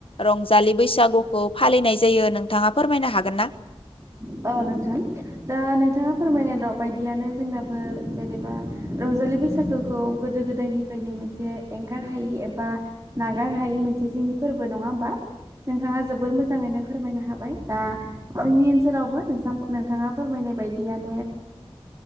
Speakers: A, on the left (about 60°); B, on the right (about 30°).
A: रंजालि बैसागुखौ फालिनाय जायो जायो नोंथाङा फोरमायनो हागोन ना
B: <inaudible> औ नोंथां दा नोंथाङा फोरमायनाय र' बायदियानो जोंनाबो जेनेबा रंजालि बैसागोखौ गोदो गोदायनिफ्रायनो मोनसे एंगार हायै एबा नागार हायै मोनसे फोरबो नङा होमबा नोंथाङा जोबोर मोजाङैनो फोरमायनो हाबाय दा जोंनि ओनसोल जेरावबो नों नोंथाङा फोरमायनाय बायदियानो